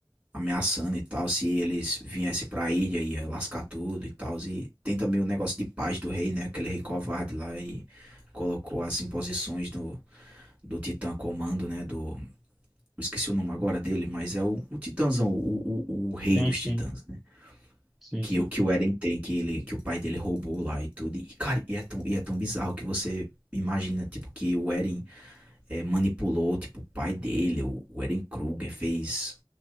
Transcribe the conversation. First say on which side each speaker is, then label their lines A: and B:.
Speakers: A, on the right; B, in the centre.
A: ameaçando e tal, se eles viessem pra ilha ia lascar tudo e tal. E tem também o negócio de paz do rei, né? Aquele rei covarde lá e colocou as imposições no do Titã Comando, né? Do. Eu esqueci o nome agora dele, mas é o, o Titãzão, o, o, o rei
B: Sim,
A: dos
B: sim,
A: Titãs, né?
B: sim,
A: Que
B: sim,
A: o que o Eren tem, que, ele, que o pai dele roubou lá e tudo. E, cara, e é tão, e é tão bizarro que você imagina, tipo, que o Eren é, manipulou, tipo, o pai dele, o, o Eren Kruger fez.